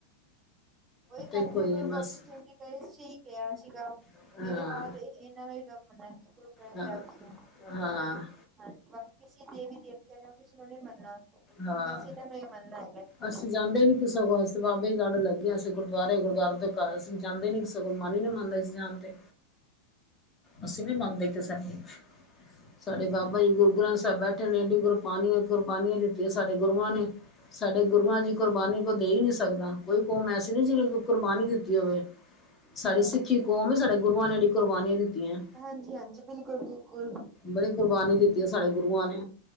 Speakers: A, on the right; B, on the left.
A: ਔਈ ਕਹਿੰਦੇ,
B: ਇੱਕੋ ਹੀ
A: ਗੁਰੂ ਗੋਬਿੰਦ
B: ਬਸ
A: ਸਿੰਘ ਜੀ ਨੇ ਸਈ ਕਿਹਾ ਸੀਗਾ,
B: ਹਾਂ
A: ਮੇਰੇ ਬਾਦ ਇਹਨਾਂ ਨੇ ਸਭ ਮੰਨੇ, ਗੁਰੂ ਗ੍ਰੰਥ
B: ਹਾਂ
A: ਸਾਹਿਬ ਜੀ ਨੂੰ
B: ਹਾਂ
A: ਹਾਂਜੀ ਬਾਕੀ ਕਿਸੇ ਦੇਵੀ ਦੇਵਤੇ ਨੂੰ ਕਿਸੇ ਨੂੰ ਨੀ ਮੰਨਣਾ।
B: ਹਾਂ
A: ਬਸ ਇਹਦਾ ਦਾ ਇਹ ਮੰਨਨਾ ਹੈਗਾ ਤੁਸੀਂ।
B: ਅਸੀਂ ਜਾਂਦੇ ਨੀ ਸਗੋਂ ਅਸੀਂ ਬਾਬਾ ਲੜ ਲੱਗੇ ਆ ਅਸੀਂ ਗੁਰਦੁਆਰੇ ਗੁਰਦੁਆਰੇ ਤੋਂ ਘਰ, ਅਸੀ ਜਾਂਦੇ ਨੀ ਸਗੋਂ ਮਨ ਈ ਮੰਨਦਾ ਜਾਣ ਤੇ।
A: <inaudible>
B: ਅਸੀਂ ਨੀ ਮੰਨਦੇ ਕਿਸੇ ਨੂੰ ਸਾਡੇ ਬਾਬਾ ਜੀ ਗੁਰਦੁਆਰੇ ਸਾਹਿਬ ਬੈਠੇ ਨੇ, ਐਡੀ ਗੁਰਬਾਨੀਆਂ ਕੁਰਬਾਨੀਆਂ ਜੈ ਸਾਡੇ ਗੁਰੂ ਆ ਨੇ ਸਾਡੇ ਗੁਰੂਆਂ ਜੀ ਕੁਰਬਾਨੀ ਕੋਈ ਦੇ ਈ ਨੀ ਸਕਦਾ ਕੋਈ ਕੌਮ ਐਸੀ ਨੀ, ਜਿੰਨੇ ਕੁਰਬਾਨੀ ਦਿੱਤੀ ਹੋਵੇ।
A: <inaudible>
B: ਸਾਡੀ
A: ਹਾਂਜੀ,
B: ਸਿੱਖੀ ਕੌਮ ਐ, ਸਾਡੇ ਗੁਰੂਆਂ ਨੇ ਜਿਹੜੀ ਕੁਰਬਾਨੀਆਂ ਦਿੱਤੀਆਂ।
A: ਹਾਂਜੀ-ਹਾਂਜੀ, ਬਿਲਕੁਲ-ਬਿਲਕੁਲ,
B: ਬੜੀ ਕੁਰਬਾਨੀ ਦਿੱਤੀ ਐ ਸਾਡੇ ਗੁਰੂ ਆ ਨੇ,